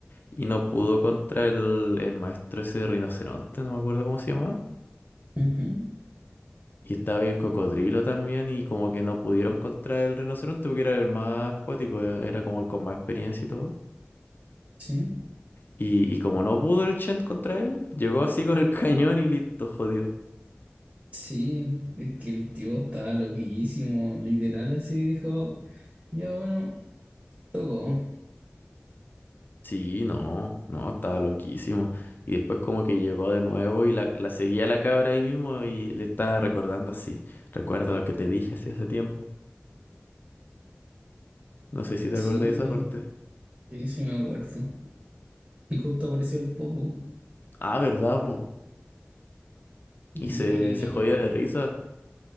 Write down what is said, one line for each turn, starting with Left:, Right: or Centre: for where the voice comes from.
Left: Y no pudo contra el, el maestro ese rinoceronte, no me acuerdo cómo se llamaba.
Right: Ujú,
Left: Y estaba ahí el cocodrilo también. Y como que no pudieron contra el rinoceronte porque era el más acuático, eh, era como el con más experiencia y todo.
Right: Sí.
Left: Y, y como no pudo el Chen contra él, llegó así con el <laughs> cañón y listo, jodió.
Right: Sí, es que el tío estaba loquísimo, literal así dijo, ya bueno, tocó.
Left: Sí, no, no, estaba loquísimo. Y después como que llegó de nuevo y la, la seguía la cabra ahí mismo y le estaba recordando así. Recuerda lo que te dije así hace tiempo. No sé si te
Right: Sí,
Left: acordás de esa parte.
Right: sí, sí me acuerdo. Y justo apareció el Popo.
Left: Ah, ¿verdad, po?
Right: Y, y-
Left: Y se, se jodía de risa.